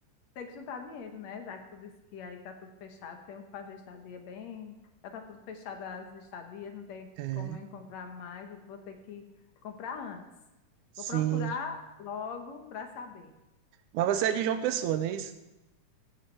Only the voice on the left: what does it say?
Tem que juntar dinheiro, né? Já que tu disse que aí tá tudo fechado, tem que fazer estadia bem. Já tá tudo fechado as estadias, não tem
como eu encontrar mais, eu vou ter que comprar antes.
Vou procurar logo para saber.